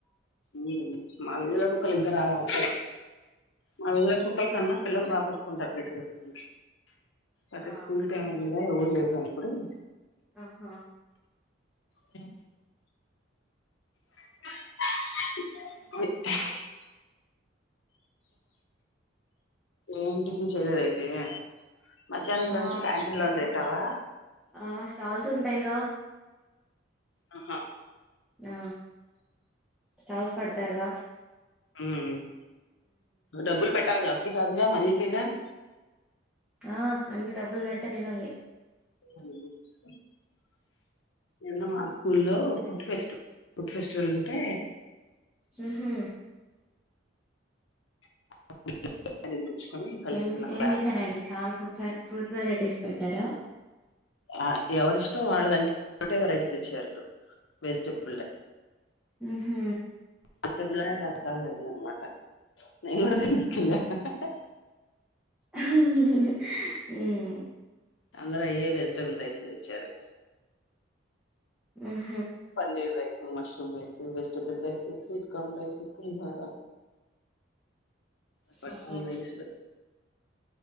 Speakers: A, on the left (about 70°); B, in the centre.
A: ఊహ్మ్. మా విధీలో కుక్కలు ఇంకా రాలా అత్తాయ్. మా విధిలో కుక్కల్ కన్నా పిల్లలు బాగోట్టుకుంటారు గట్టి గట్టిగా. అటే
B: ఆ
A: స్కూల్ టైం అయిందిగా ఎవరు లెరు గానీప్పుడు. !
B: ఆహా. !
A: హు <inaudible> ఏం టిఫన్ చేయలేదైతే.? ! మధ్యాహ్నాం లంచ్
B: ఆ
A: క్యాంటీన్ లోన్ తింటావా.? !
B: ఆ స్టాల్స్ ఉంటాయిగా.
A: ఆహా. !
B: న్హా స్టాల్స్ పేడ్తారుగా. !
A: ఊమ్మ్మ్ డబ్బులు పెట్టాల్గా. ! అప్పు కాదుగా.? ! మనీ పేగా.? !
B: ఆ అన్ని డబ్బులు బెట్టే తినాలి.
A: <unintelligible> నిన్న మా స్కూల్లో ఫుడ్ ఫెస్ట్, ఫుడ్ ఫెస్టివల్ ఉంటే.
B: ఉహూ.
A: <unintelligible> కలుస్తున్నారు
B: ఏం ఏం
A: క్లాస్
B: జేశారంటీ.? చాలా ఫుడ్ ఫే ఫుడ్ వెరైటీస్ పెట్టారా. !
A: ఆ ఎవరిష్టం వాళ్ళదం <inaudible> టే వెరైటీ తెచ్చారు వెజిటేబుల్ రై.
B: ఉహూ.
A: వెజిటేబుల్లోనె రకాల్ వైజ్ అన్నమాట. నేను గూడా దీస్కెళ్ల హా హా హా.
B: ఊహుహుహుహు హూ.
A: అందరయ్యో వెజిటేబుల్ రైసుల్ దెచ్చారు.
B: ఊహ్.
A: Paneer rice, mushroom rice, vegetable rice, sweet corn rice. పులిహోర. రకరకాల
B: ఆహా.
A: రైస్ లు.